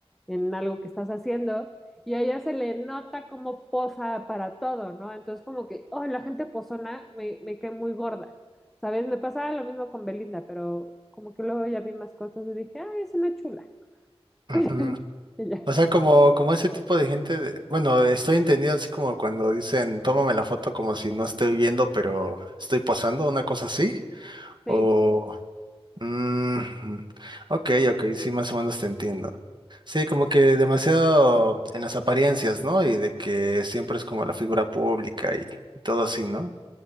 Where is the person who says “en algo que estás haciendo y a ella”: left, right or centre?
Centre